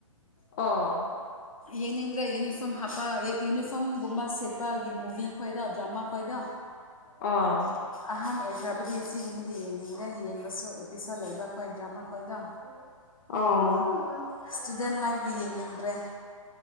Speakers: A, on the left; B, on the left.
A: ꯑꯣ
B: ꯌꯦꯡꯅꯤꯡꯗ꯭ꯔꯦ ꯌꯨꯅꯤꯐꯣꯔꯝ ꯍꯥꯞꯄ ꯌꯨꯅꯤꯐꯣꯔꯝꯒꯨꯝꯕ ꯁꯦꯠꯄꯒꯤ ꯃꯨꯚꯤ ꯈꯣꯏꯗꯣ ꯗ꯭ꯔꯃꯥ ꯈꯣꯏꯗꯣ
A: ꯑꯣ
B: ꯑꯍꯥꯟ ꯑꯣꯏꯈ꯭ꯔꯕꯗꯤ ꯑꯁꯤꯒꯨꯝꯕꯗꯤ ꯌꯦꯡꯅꯤꯡꯗꯦ ꯌꯦꯡꯕꯁꯨ ꯑꯦꯄꯤꯁꯣꯠ ꯂꯩꯕ ꯈꯣꯏ ꯗ꯭ꯔꯃꯥ ꯈꯣꯏꯗꯣ
A: ꯑꯣ
B: ꯏꯁꯇꯨꯗꯦꯟ ꯂꯥꯏꯐꯇꯤ ꯌꯦꯡꯅꯤꯡꯗ꯭ꯔꯦ